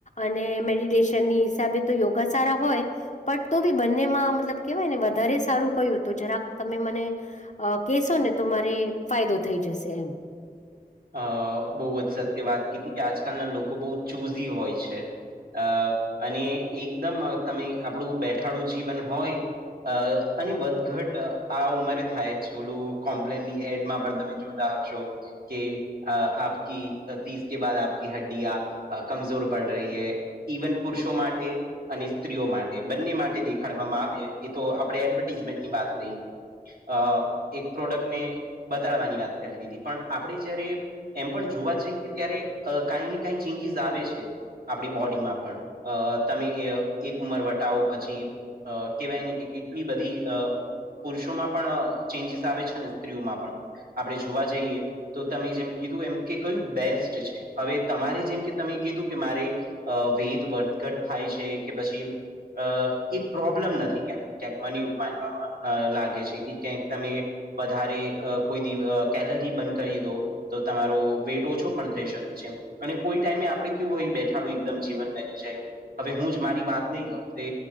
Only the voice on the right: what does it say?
અ બહુ જ સત્ય વાત કીધી કે આજકાલના લોકો બહુ ચુઝી હોય છે. અ અને એકદમ તમે આપણું બેઠાડું જીવન હોય અ અને વધઘટ આ ઉંમરે થાય જ ઓોલું કોમ્પ્લેન ની એડમાં પણ તમે જો આવશો કે આપકી તીસ કે બા આપકી હડ્ડિયા કમજોર પડ રહી હૈ ઇવન પુરુષો માટે અને સ્ત્રીઓ માટે બંને માટે દેખાડવામાં આવે એ તો આપણે એડવર્ટીઝમેન્ટની વાત લઈ અ એક પ્રોડક્ટ ને બતાડવાની વાત કરી દીધી પણ આપણે જયારે એમ પણ જોવા જઈએ ત્યારે કઈ ને કઈ ચેન્જીસ આવે છે આપણી બોડીમાં પણ અ તમે એક ઉમર વટાવો પછી પછી કેવાય નને કે કેટલી બધી અ પુરુષોમાં પણ ચેન્જીસ આવે છે ને સ્ત્રીઓમાં પણ આપણે જોવા જઈએ તો તમે જેમ કીધું એમ કે કયું બેસ્ટ છે હવે તમારે જેમ કે તમે કીધું કે મારે અ વેધ વધઘટ થાય છે કે પછી અ એ પ્રોબ્લેમ નથી ક ક્યાંક મને એવું માનવામાં લાગે છે કે ક્યાંક તમે વધારે કોઈ દ કેલરી બન કરી દો તો તમારો વેટ ઓછો પણ થઈ શકે છે અને કોઈ ટાઈમે આપડે કેવું હોય બેઠાડું એકદમ જીવન બની જાય હવે હું જ મારી વાત નહીં લઉં તે